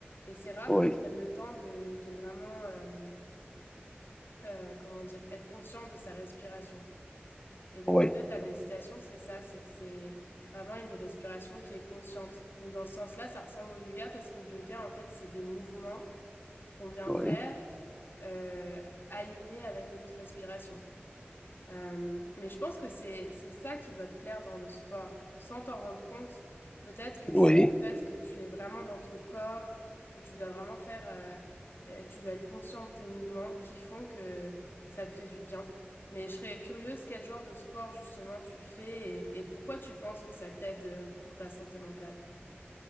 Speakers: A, on the left; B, on the left.
A: Et c'est rare
B: oui,
A: qu'on prenne le temps de, de vraiment, euh, euh, comment dire, être conscient de sa respiration. Et donc,
B: oui,
A: en fait, la méditation, c'est ça, c'est que c'est vraiment une respiration qui est consciente. Donc, dans ce sens-là, ça ressemble au yoga parce que le yoga, en fait, c'est des mouvements qu'on vient
B: oui.
A: faire euh, aligné avec notre respiration. Euh, mais je pense que c'est c'est ça qui doit te plaire dans le sport. Sans t'en rendre compte, peut-être que c'est
B: oui.
A: le fait que tu es vraiment dans ton corps, que tu dois vraiment faire, euh, euh, tu dois être conscient de tes mouvements qui font que ça te fait du bien. Mais je serais curieuse quel genre de sport justement tu fais et, et pourquoi tu penses que ça t'aide euh, pour ta santé mentale.